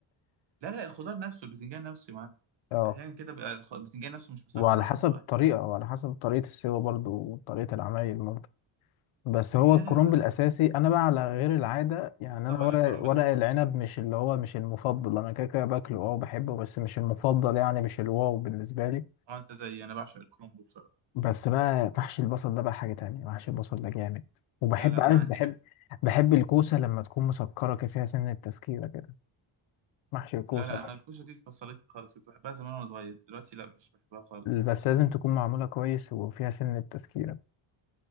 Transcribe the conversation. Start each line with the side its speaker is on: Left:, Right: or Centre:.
Right: لا لا الخضار نفسه البتنجان نفسه يا معلم
Left: <laughs> اه
Right: احيانا كده بيبقى الخ- البتنجان نفسه مش مسكر
Left: وعلى
Right: واحيانا
Left: حسب
Right: بيبقى
Left: الطريقة
Right: حلو.
Left: وعلى حسب طريقة السوا برضو وطريقة العمايل ممكن بس هو
Right: لا
Left: الكرنب
Right: لا لا
Left: الأساسي أنا بقى على غير العادة يعني
Right: آه طبعا
Left: أنا ورق
Right: الكرنب
Left: ورق
Right: ده حوار
Left: العنب
Right: لوحده
Left: مش اللي هو مش المفضل أنا كده كده باكله أه وبحبه بس مش المفضل يعني مش الواو بالنسبة لي
Right: اه انت زيي انا بعشق الكرنب بصراحه
Left: بس بقى محشي البصل ده بقى حاجة تانية محشي البصل ده جامد وبحب
Right: لا لا
Left: عارف
Right: انا عندي
Left: بحب
Right: اكل
Left: بحب الكوسة لما تكون مسكرة كده فيها سن التسكيرة كده محشي الكوسة
Right: لا لا
Left: بقى
Right: انا الكوسه دي فصلتني خالص كنت بحبها زمان وانا صغير دلوقتي لا مش بحبها خالص
Left: بس لازم تكون معمولة كويس وفيها سن التسكيرة